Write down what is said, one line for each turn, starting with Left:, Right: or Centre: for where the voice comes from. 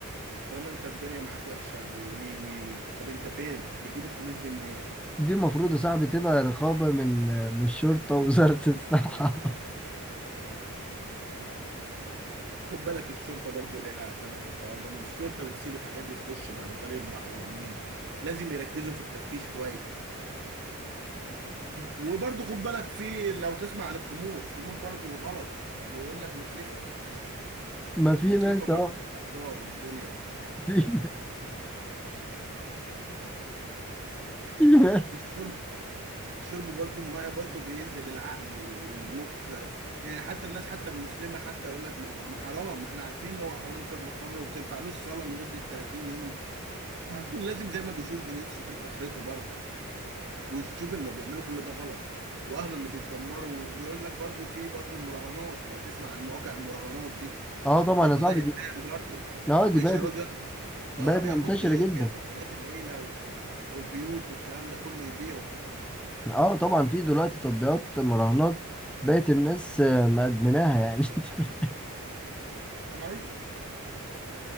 Right: طالما انت الدنيا معاك وحشه وي وي وي وي. طب انت فين بتجيب الفلوس دي منين
Centre: دي المفروض يا صاحبي تبقى رقابة من من الشرطة ووزارة الصحة <laughs>
Right: خد بالك الشرطة برضو ليها سبب في الحوار ده إن الشرطة بتسيب الحاجات دي تخش من عن طريق البحر والمينا لازم يركزوا في التفتيش كويس وبرضو خد بالك في لو تسمع عن الخمور الخمور برضو غلط بيقول لك متلفة
Centre: ما في
Right: متلفة
Centre: ناس
Right: برضو
Centre: اه
Right: للأعضاء والدنيا
Centre: في ناس في ناس
Right: الشرب الشرب برضو المية برضو بيذهب العقل والمخ يعني حتى الناس حتى المسلمة حتى يقول لك ما ما حرام ما احنا عارفين ان هو حرام شرب الخمر وما بتنفعلوش صلاة لمدة 30 يوم <laughs> لازم زي ما بيشوف دنيته يشوف آخرته برضو ويشوف انه بيعملوا كل ده غلط واهله اللي بيتدمروا وبيقول لك برضو في برضو المراهنات لو تسمع عن مواقع المراهنات دي
Centre: اه طبعا
Right: برضو
Centre: يا صاحبي
Right: ده ادمان
Centre: دي
Right: برضو
Centre: اه
Right: وبيشردوا
Centre: دي بقت
Right: ياخد
Centre: بقت
Right: اه بياخد
Centre: منتشرة
Right: بياخد
Centre: جدا
Right: حاجات العيله و... والبيوت والكلام ده كله يبيعه
Centre: اه طبعا في دلوقتي تطبيقات مراهنات بقت الناس آه، مدمناها يعني <laughs>
Right: ايوه